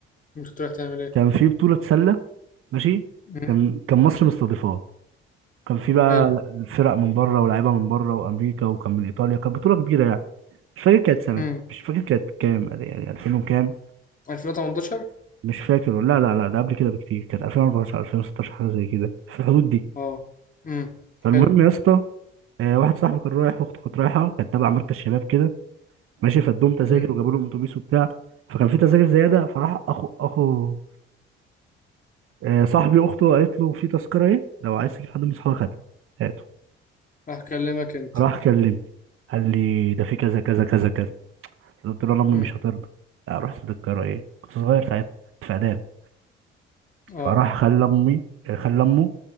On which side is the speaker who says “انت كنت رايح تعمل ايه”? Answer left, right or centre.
Left